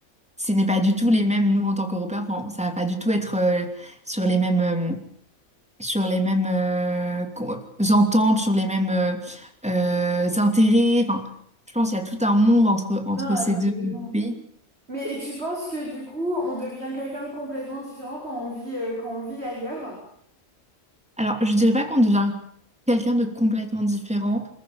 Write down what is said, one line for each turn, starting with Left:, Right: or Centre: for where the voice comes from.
Centre: ce n'est pas du tout les mêmes, nous en tant qu'Européens, enfin, ça va pas du tout être euh, sur les mêmes. euh, sur les mêmes euh, co- ententes, sur les mêmes euh, euh, intérêts. Enfin, je pense qu'il y a tout un monde entre, entre
Right: non, absolument.
Centre: ces deux pays.
Right: Mais et tu penses que du coup, on devient quelqu'un de complètement différent quand on vit, euh, quand on vit ailleurs,
Centre: Alors, je dirais pas qu'on devient quelqu'un de complètement différent.